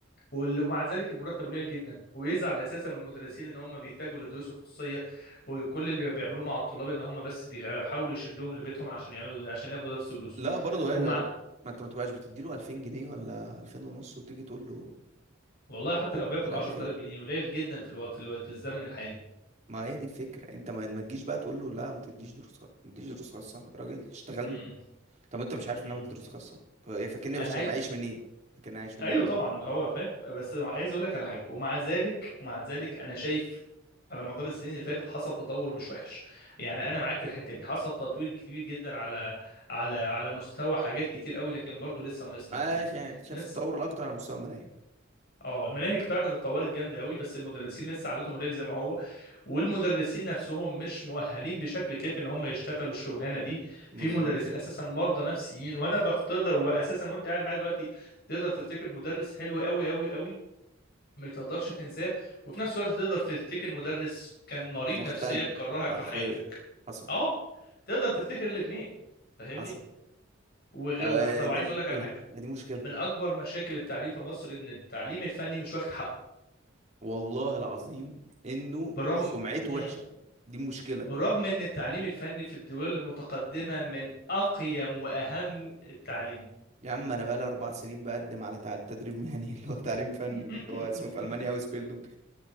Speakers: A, on the left (about 50°); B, on the right (about 35°).
A: وال- ومع ذلك المرتب قليل جدا ويزعل اساسا من المدرسين ان هم بيتجهوا للدروس الخصوصيه وكل اللي بيعملوه مع الطلاب ان هم بس بيحاولوا يشدوهم لبيتهم عشان يعملوا عشان ياخدوا درس دروس
B: لا برضه
A: ومع
B: هي لا.
A: <clears throat>
B: ما انت ما تبقاش بتديله 2000 جنيه ولا 2000 ونص وتيجي تقول له
A: والله حتى لو بياخد
B: مش عارف
A: 10000
B: ايه
A: جنيه قليل جدا في الوقت في, الو... في الزمن الحالي
B: ما هي دي الفكره انت ما, ما تجيش بقى تقول له لا ما تديش دروس خ- ما تديش دروس خاصه يا راجل تشتغلني
A: امم
B: طب انت مش عارف
A: أمم.
B: ان انا بدي دروس خاصه ف- فاكرني
A: انا
B: بش-
A: عايز
B: بعيش منين فاكرني عايش منين
A: ايوه
B: طيب
A: طبعا هو فاهم بس عايز اقول لك على حاجه ومع ذلك ومع ذلك انا شايف على مدار السنين اللي فاتت حصل تطور مش وحش يعني انا معاك في الحته دي حصل تطوير كبير جدا على على على مستوى حاجات كتير قوي لكن برضه لسه ناقصنا
B: عايش
A: كتير
B: يعني انت شايف
A: لسه
B: التطور الاكتر على مستوى المناهج
A: اه المناهج فعلا اتطورت جامده قوي بس المدرسين لسه عادتهم الليل زي ما هو والمدرسين نفسهم مش مؤهلين بشكل كافي ان هم يشتغلوا الشغلانه دي
B: بالظبط
A: في مدرسين اساسا مرضى نفسيين وانا بفتضل واساسا وانت قاعد معايا دلوقتي تقدر تفتكر مدرس حلو قوي قوي قوي ما تقدرش تنساه وفي نفس الوقت تقدر تفتكر مدرس كان مريض
B: مختل
A: نفسيا كرهك
B: حرفيا
A: في حياتك
B: حصل
A: اه تقدر تفتكر الاثنين فاهمني
B: حصل
A: وغ...
B: آه
A: و- طب
B: دي
A: عايز
B: مشكله
A: اقول لك على حاجه
B: دي مشكله
A: من اكبر مشاكل التعليم في مصر ان التعليم الفني مش واخد حقه
B: والله العظيم انه
A: بالرغم
B: سمعته
A: مم.
B: وحشه دي مشكله
A: بالرغم ان التعليم الفني في الدول المتقدمه من اقيم واهم التعليم
B: يا عم انا بقالي اربع سنين بقدم على تع- تدريب مهني <laughs> اللي هو تعليم فني
A: <laughs>
B: اللي هو اسمه في المانيا اوس بيلدونج